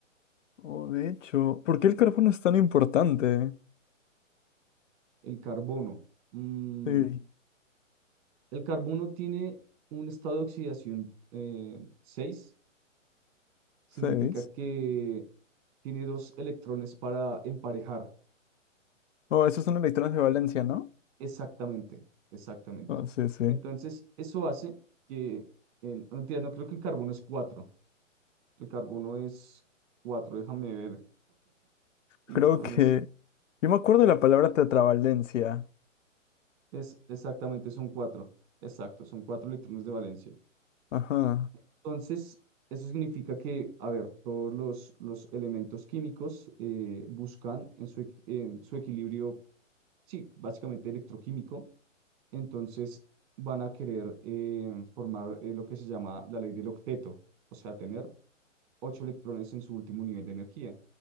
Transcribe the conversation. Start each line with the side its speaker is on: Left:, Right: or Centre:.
Left: Oh, de hecho, ¿por qué el carbono es tan importante?
Right: el carbono. Mm,
Left: Sí,
Right: el carbono tiene un estado de oxidación eh, seis significa
Left: seis.
Right: que tiene dos electrones para emparejar.
Left: Oh, esos son electrones de valencia, ¿no?
Right: Exactamente, exactamente.
Left: Oh, sí, sí.
Right: Entonces, eso hace que, en, no, mentira, no creo que el carbono es 4, el carbono es 4. déjame ver, electrones,
Left: Creo que... Yo me acuerdo de la palabra tetravalencia.
Right: es exactamente, son 4, exacto, son 4 electrones de valencia.
Left: Ajá.
Right: Entonces, eso significa que, a ver, todos los, los elementos químicos eh, buscan en su, equi- en su equilibrio, sí, básicamente electroquímico, entonces van a querer eh, formar eh, lo que se llama la ley del octeto o sea, tener 8 electrones en su último nivel de energía.